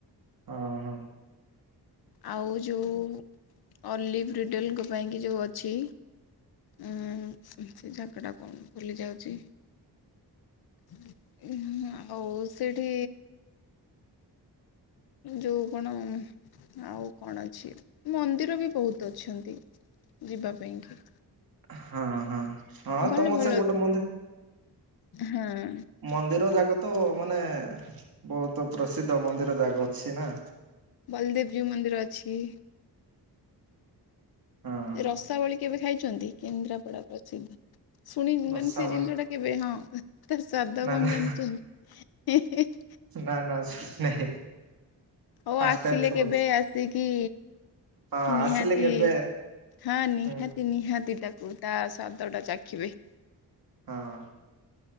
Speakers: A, on the right; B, on the left.
A: ଅ ହଁ।
B: ଆଉ ଯୋଉ ଅଲିଭ୍ ରିଡ଼େଲଙ୍କ ପାଇଁ କି ଯୋଉ ଅଛି। ଉଁ ସେ ଜାଗା ଟା କଣ ଭୁଲି ଯାଉଚି। ଉଁ ହୁଁ ଆଉ ସେଠି ଯୋଉ କଣ ଆଉ କଣ ଅଛି? ମନ୍ଦିର ବି ବହୁତ ଅଛନ୍ତି ଯିବା ପାଇଁ କି।
A: ହଁ ହଁ। ହଁ
B: ଭଲ
A: ତମ
B: ଭଲ
A: ସେପଟେ ବୋଧେ
B: ହଁ
A: ମନ୍ଦିର ଜାକ ତ ମାନେ ବହୁତ ପ୍ରସିଦ୍ଧ ମନ୍ଦିର ଜାକ ଅଛି ନା।
B: ବଲଦେବଜୀଉ ମନ୍ଦିର ଅଛି।
A: ହଁ
B: ରସାବଳୀ କେବେ ଖାଇଛନ୍ତି କେନ୍ଦ୍ରାପଡା ପ୍ରସିଦ୍ଧ? ଶୁଣିି
A: ରସାବଳି
B: ମାନେ ସେ ଜିନିଷ ଟା କେବେ ହଁ। ତାର ସ୍ୱାଦ
A: ନା
B: କଣ
A: ନା
B: ଜାଣିଚନ୍ତି?
A: ନା ନା ଶୁଣି ନାହିଁ।
B: ହଉ
A: ଫାଷ୍ଟ
B: ଆସିଲେ
A: ଟାଇମ ଶୁଣୁଛି।
B: କେବେ ଆସିକି
A: ହଁ
B: ନିହାତି
A: ଆସିଲେ କେବେ
B: ହଁ ନିହାତି
A: ହୁଁ
B: ନିହାତି ତା କୁ ତା ସ୍ଵାଦଟା ଚାଖିବେ।
A: ହଁ।